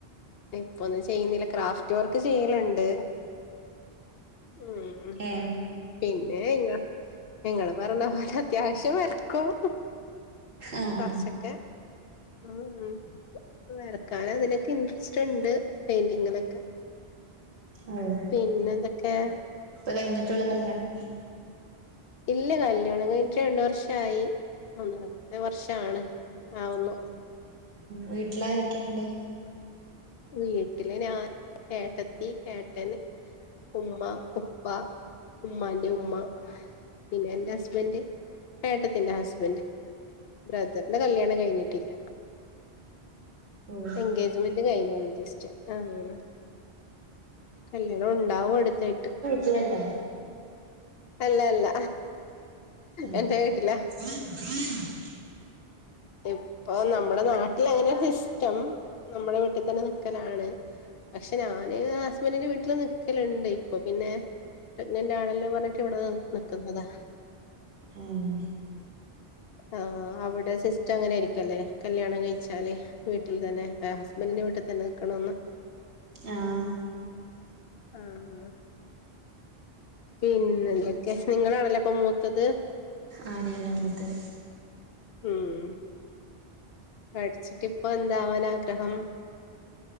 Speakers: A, on the left; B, on the right.
A: ഇപ്പൊന്നും ചെയ്യുന്നില്ല ക്രാഫ്റ്റ് വർക്ക് ചെയ്യലുണ്ട് ഉം
B: ഏ
A: ഏഹ് ഇങ്ങ ഇങ്ങള് പറഞ്ഞ പോലെ അത്യാവശ്യം വര്ക്കും.
B: ആഹ്
A: കൊറച്ചൊക്കെ ഉം വരക്കൻ അതിനൊക്കെ ഇൻട്രസ്റ്റ് ഉണ്ട് പെയിന്റിങ്ങിലൊക്കെ
B: ആഹ്
A: പിന്നെന്തെക്കെ?
B: ഇപ്പ കഴിഞ്ഞിട്ടൊള്ളു കല്ല്യാണം?
A: ഇല്ല കല്യാണം കഴിഞ്ഞിട്ട് രണ്ടു വർഷായി മൂന്നത്തെ വർഷം ആണ് ആവുന്നു.
B: വീട്ടില് ആരൊക്കെയിണ്ട്
A: വീട്ടില് ഞാൻ ഏട്ടത്തി ഏട്ടന് ഉമ്മുമ്മ ഉപ്പ ഉമ്മാൻ്റെ ഉമ്മ. പിന്നെ എന്റെ ഹസ്ബൻഡ് ഏട്ടത്തിന്റെ ഹസ്ബന്റ് ബ്രദറിന്റെ കല്യാണം കഴിഞ്ഞിട്ടില്ല
B: ഓ
A: എൻഗേജ്മെന്റ് കഴിഞ്ഞോളൂ ജസ്റ്റ് <unintelligible> കല്യാണം ഉണ്ടാവും അടുത്തായിട്ട്
B: ത്തുവല്ലേ
A: അല്ല അല്ല
B: ഉം
A: എന്റെ വീട്ടിലാ
B: <inaudible>
A: ഇപ്പൊ നമ്മുടെ നാട്ടിൽ അങ്ങനെ സിസ്റ്റം നമ്മുടെ വീട്ടിൽ തന്നെ നിക്കലാണ്. പക്ഷെ ഞാന് ഹസ്ബന്റിന്റെ വീട്ടില് നിക്കലുണ്ട്. ഇപ്പൊ പിന്നെ പ്രഗ്നന്റ് ആണല്ലോ പറ <unintelligible> ക്കെ ഇവിടെ നിക്കുന്നതാ.
B: ആയ്ന്റെ
A: ആ അവിടെ സിസ്റ്റം അങ്ങനെ ആയിരിക്കുംല്ലെ കല്യാണം കഴിച്ചാല് വീട്ടിൽ തന്നെ ഹസ്ബന്റിന്റെ വീട്ടിൽ തന്നെ നിൽക്കണന്ന്
B: ആഹ്
A: ആഹ് പിന്നെന്തൊക്കെ നിങ്ങളാണല്ലേപ്പോ മൂത്തത്?
B: ആഹ് ഞാനമൂത്തത്.
A: ഉം. പഠിച്ചിട്ട് ഇപ്പൊന്താവാൻ ആഗ്രഹം?